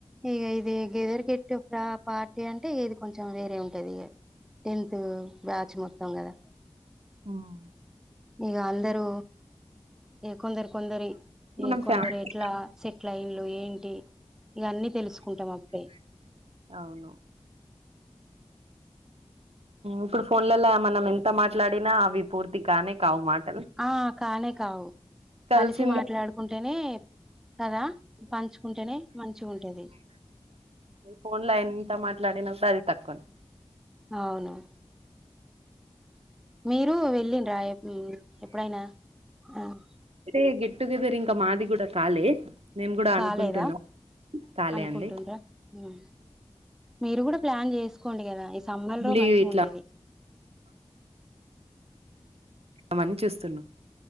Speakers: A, in the centre; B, on the right.
A: ఇగ ఇది గేదర్కెట్. ఇంకా పార్టీ అంటే. అంటే ఇది కొంచెం వేరే ఉంటది. ఇగ టెన్త్ బ్యాచ్ మొత్తం కదా.
B: ఉమ్
A: ఇంకా అందరు. కొందరి కొందరి
B: మనం
A: ఈ కొందరు
B: ఫ్యామిలీ
A: ఎట్లా సెట్. లైన్లు ఏంటి. ఇవన్నీ తెలుసుకుంటాం అప్పుడే.
B: అవును ఇప్పుడు ఫోన్లోల మనం ఎంత మాట్లాడినా అవి పూర్తిగానే కావు మాట
A: ఆహ్ కానే కావు
B: కలిసింది
A: కలిసి మాట్లాడుకుంటేనే కదా పంచుకుంటేనే మంచిగుంటాది.
B: ఫోన్ లో ఎంత మాట్లాడినా కూడా అది తక్కువనే.
A: అవును. మీరు వెళ్ళీండ్ర ఎప్పుడైనా ఆహ్.
B: అయితే గెట్ టుగెదర్ ఇంకా మాది కూడా కాలే. మేము కూడా అనుకుంటున్నాం
A: కాలేదా
B: కాలే
A: అనుకుంటుండ్రా
B: అండి.
A: ఉమ్ మీరు కూడా ప్లాన్ చేసుకోండి కదా. సమ్మర్
B: మీల్లి
A: లో మంచిగా
B: ఇట్లా.
A: ఉంటది
B: మంచు వస్తాది.